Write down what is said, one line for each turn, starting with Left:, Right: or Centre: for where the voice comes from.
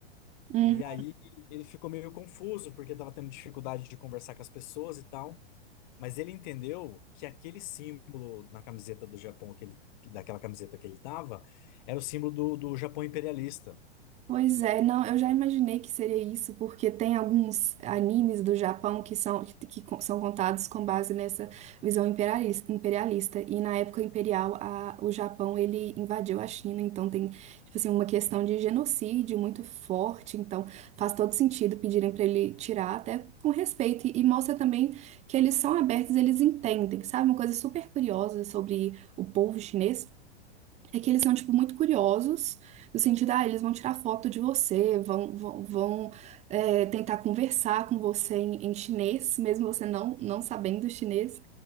Right: Uhum.
Left: E aí ele ficou meio confuso, porque tava tendo dificuldade de conversar com as pessoas e tal. Mas ele entendeu que aquele símbolo na camiseta do Japão, que ele- que- daquela camiseta que ele tava, era o símbolo do, do Japão imperialista.
Right: Pois é, não, eu já imaginei que seria isso, porque tem alguns animes do Japão que são, que, que co- são contados com base nessa visão imperalis- imperialista, E na época imperial, a- o Japão ele invadiu a China, então tem tipo assim, uma questão de genocídio muito forte, então faz todo sentido pedirem para ele tirar, até com respeito, e, e mostra também que eles são abertos, eles entendem, sabe? Uma coisa super curiosa sobre o povo chinês. é que eles são, tipo, muito curiosos, no sentido, ah, eles vão tirar foto de você, vão, vão, vão é, tentar conversar com você em, em chinês, mesmo você não, não sabendo chinês,